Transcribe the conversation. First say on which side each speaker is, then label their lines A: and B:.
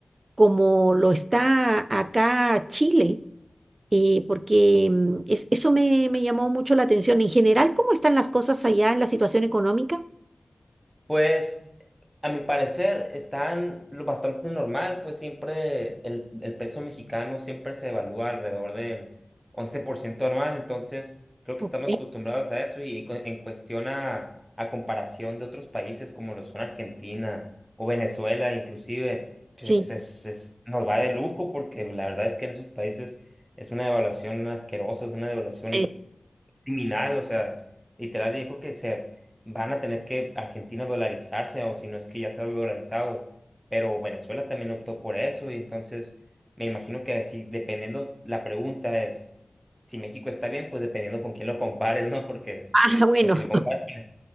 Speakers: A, on the right; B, on the right.
A: como lo está acá Chile eh, porque mm, es- eso me, me llamó mucho la atención. En general, ¿cómo están las cosas allá en la situación económica?
B: Pues a mi parecer están lo bastante normal, pues siempre el, el peso mexicano siempre se evalúa alrededor del 11% anual, entonces creo que
A: Ok.
B: estamos acostumbrados a eso y, cu- en cuestión a, a comparación de otros países como lo son Argentina o Venezuela inclusive, pues
A: Sí.
B: es, es- nos va de lujo porque la verdad es que en esos países es una devaluación asquerosa, es una devaluación
A: Eh,
B: criminal, o sea, literal, yo creo que se van a tener que Argentina dolarizarse, o si no es que ya se ha dolarizado, pero Venezuela también optó por eso, y entonces me imagino que si dependiendo, la pregunta es, si México está bien, pues dependiendo con quién lo compares, ¿no? Porque
A: Ah, bueno,
B: pues si lo comparas
A: <laughs>
B: con